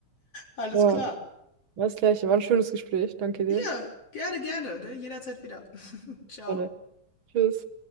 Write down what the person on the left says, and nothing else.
Alles
klar.
Ja, gerne, gerne. Ne? Jederzeit wieder. <laughs> Ciao.